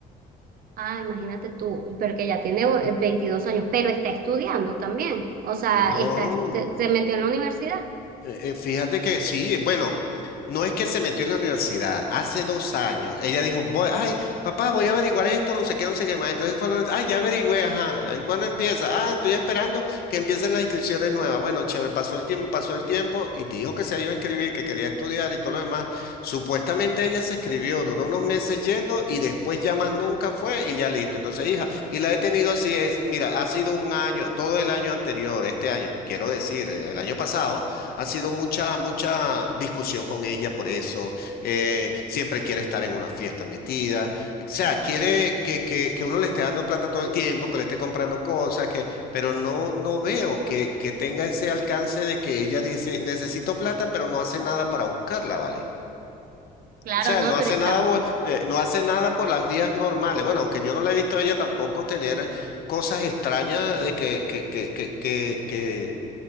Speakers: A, on the right (about 60°); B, on the left (about 65°).
A: Ah, imagínate tú, pero que ya tiene eh, 22 años, pero está estudiando también. O sea,
B: No.
A: está, se se metió en la universidad.
B: Eh, eh, Fíjate que sí, bueno, no es que se metió en la universidad, hace dos años, ella dijo, voy, ay, papá, voy a averiguar esto, no sé qué, no sé qué más, entonces fue, a la univers- ay, ya averigüé, ajá, ¿y cuándo empieza? Ah, estoy esperando que empiecen las inscripciones nuevas, bueno, chévere, pasó el tiempo, pasó el tiempo, y dijo que se iba a inscribir, que quería estudiar y todo lo demás, supuestamente ella se escribió, duró unos meses yendo, y después ya más nunca fue, y ya listo, entonces, hija, y la he tenido así, es, mira, ha sido un año, todo el año anterior, este año, quiero decir, el año pasado, ha sido mucha, mucha discusión con ella por eso. eh, siempre quiere estar en una fiesta metida. O sea, quiere que, que- que uno le esté dando plata todo el tiempo, que le esté comprando cosas, que, pero no, no veo que, que tenga ese alcance de que ella dice, necesito plata, pero no hace nada para buscarla, ¿vale?
A: Claro,
B: O sea,
A: no,
B: no
A: pero
B: hace
A: estamos,
B: nada, bu- eh, no hace nada por las vías normales. Bueno, aunque yo no la he visto a ella tampoco tener cosas extrañas de que, que, que, que, que, que